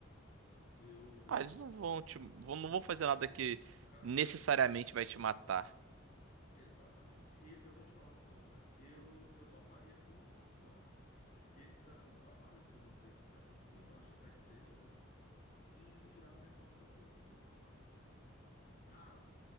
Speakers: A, on the left; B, on the right.
A: Eu,
B: Ah, eles não vão te, vão- não vão fazer nada que
A: cara,
B: necessariamente vai te matar.
A: exatamente. E- eu vou te falar uma coisa. Eu, eu toparia com uma condição, que eles fizessem um trabalho, que eu não sei se isso é possível, acho até que seja, né? De tirar minha claustrofobia, sabe? Cara,